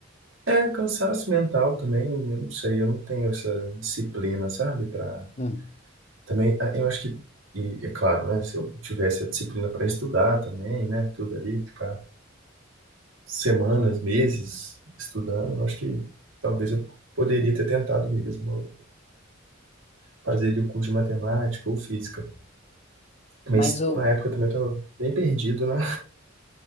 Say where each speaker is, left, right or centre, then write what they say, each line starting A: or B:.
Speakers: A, on the right; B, on the left.
A: É, cansaço mental também, eu não sei, eu não tenho essa disciplina, sabe? Pra,
B: Hum.
A: também, ah, eu acho que, e é claro, né? Se eu tivesse a disciplina para estudar também, né? Tudo ali, ficar semanas, meses estudando, eu acho que talvez eu poderia ter tentado mesmo fazer ali o curso de matemática ou física. Mas
B: Mas o,
A: na época também eu estava bem perdido, né? <laughs>